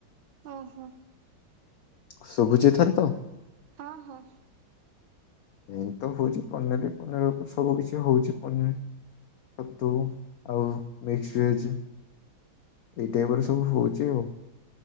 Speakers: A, on the right; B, on the left.
A: ଓ ହୋ।
B: ଶୁଭୁଛିି ଏଥର ତ।
A: ହଁ ହଁ।
B: ଏମତି ତ ହଉଚି ପନିର୍ ପନିର୍ ଉପରେ ସବୁ କିଛି ହଉଚି। ପନିର୍, ଛତୁ ଆଉ ମିକ୍ସ ଭେଜ୍ ଏଇ ଟାଇପ୍ ରେ ସବୁ ହଉଚି ଆଉ।